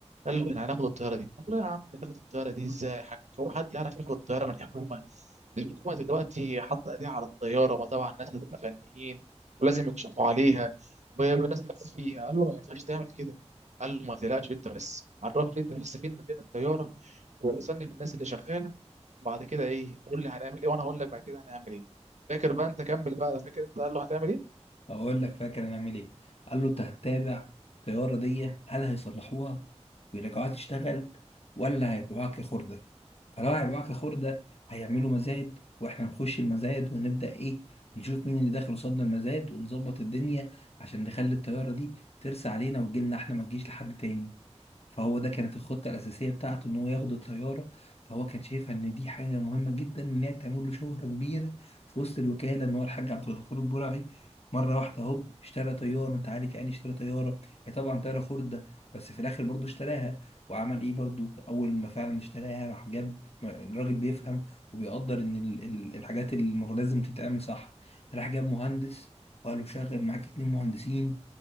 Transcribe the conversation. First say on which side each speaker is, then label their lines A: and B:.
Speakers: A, on the right; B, on the left.
A: قال له احنا هناخد الطياره دي قال له يا عم تاخد الطياره دي ازاي يا حاج هو حد يعرف ياخد الطياره من الحكومه الحكومه دلوقتي حاطه ايديها على الطياره وطبعا الناس بتبقى فنيين ولازم يكشفوا عليها والناس ماتت فيها قال له ما ينفعش تعمل كده قال له ما تقلقش انت بس عرفني انت بس فين مكان الطياره ووصلني للناس اللي شغاله وبعد كده ايه قول لي هنعمل ايه وانا هقول لك بعد كده هنعمل ايه فاكر بقى انت كمل بقى فاكر انت قال له هتعمل ايه
B: اقول لك فاكر هنعمل ايه قال له انت هتتابع الطياره دي هل هيصلحوها ويرجعوها تشتغل ولا هيبيعوها كخرده فلو هيبيعوها كخرده هيعملوا مزاد واحنا نخش المزاد ونبدا ايه نشوف مين اللي داخل قصادنا المزاد ونظبط الدنيا عشان نخلي الطياره دي ترسى علينا وتجيلنا احنا ما تجيش لحد تاني فهو ده كانت الخطة الأساسية بتاعته إن هو ياخد الطيارة فهو كان شايفها إن دي حاجة مهمة جدا إن هي تعمل له شهرة كبيرة في وسط الوكالة إن هو الحاج عبد الغفور البرعي مره واحده هوب اشترى طياره انت عارف يعني إيه اشترى طياره هي طبعا طياره خرده بس في الاخر برضو اشتراها وعمل ايه برضو اول ما فعلا اشتراها راح جاب راجل بيفهم وبيقدر ان ال- ال- الحاجات اللي المفروض لازم تتعمل صح راح جاب مهندس وقال له شغل معاك اتنين مهندسين